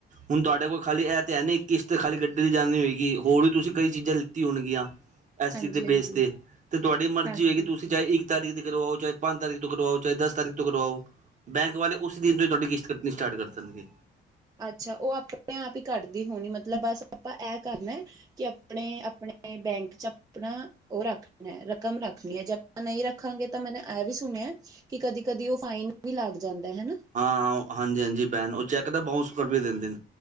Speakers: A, on the right; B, on the right.
A: ਹੁਣ ਤੁਹਾਡੇ ਕੋਲ ਖਾਲੀ ਇਹ ਤਾਂ ਹੈ ਨਹੀਂ ਇੱਕ ਕਿਸ਼ਤ ਖਾਲੀ ਗੱਡੀ ਦੀ ਜਾਣੀ ਹੋਏਗੀ ਹੋਰ ਵੀ ਤੁਸੀਂ ਕਈ ਚੀਜ਼ਾਂ ਲਿੱਤੀ ਹੋਣਗੀਆਂ ਇਸ
B: ਹਾਂਜੀ
A: ਚੀਜ਼ ਦੇ
B: ਹਾਂਜੀ
A: ਬੇਸ ਤੇ, ਤੇ ਤੁਹਾਡੀ ਮਰਜ਼ੀ
B: ਹਾਂਜੀ
A: ਹੋਏਗੀ ਤੁਸੀਂ ਚਾਹੇ ਇੱਕ ਤਾਰੀਖ ਦੀ ਕਰਵਾਓ, ਚਾਹੇ ਪੰਜ ਤਾਰੀਖ ਤੋਂ ਕਰਵਾਓ, ਚਾਹੇ ਦਸ ਤਾਰੀਖ ਤੋਂ ਕਰਵਾਓ ਬੈਂਕ ਵਾਲੇ ਉਸੇ ਦਿਨ ਤੋਂ ਹੀ ਤੁਹਾਡੀ ਕਿਸ਼ਤ ਕਟਣੀ ਸਟਾਰਟ ਕਰ ਦੇਣਗੇ
B: ਅੱਛਾ ਉਹ ਆਪਣੇ ਆਪ ਹੀ ਕਟਦੀ ਹੋਣੀ ਮਤਲਬ ਬਸ ਆਪਾਂ ਇਹ ਕਰਨਾ ਕਿ ਆਪਣੇ -ਆਪਣੇ ਬੈਂਕ ਚ ਆਪਣਾ ਉਹ ਰੱਖ ਰਕਮ ਰੱਖਣੀ ਹੈ ਜਾਂ ਨਹੀਂ ਰੱਖਾਂਗੇ ਤਾਂ ਮੈ ਇਹ ਵੀ ਸੁਣਿਆ ਕਿ ਕਦੀ- ਕਦੀ ਉਹ ਫਾਈਨ ਵੀ ਲੱਗ ਜਾਂਦਾ ਹਨਾ
A: ਹਾਂ ਹਾਂਜੀ- ਹਾਂਜੀ ਭੈਣ ਉਹ ਚੈੱਕ ਤਾਂ ਬਸਕਰ ਵੀ ਦਿੰਦੇ ਨੇ